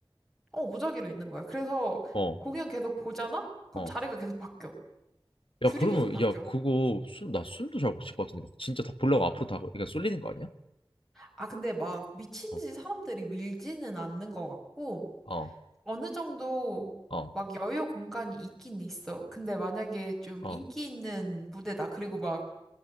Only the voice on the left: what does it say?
어,
어.
야, 그러면
야, 그거 숨, 나 숨도 잘 못 쉴 것 같은데 막 진짜 다 보려고 앞으로 다 그러니까 쏠리는 거 아니야?
어,
어,
어,
어.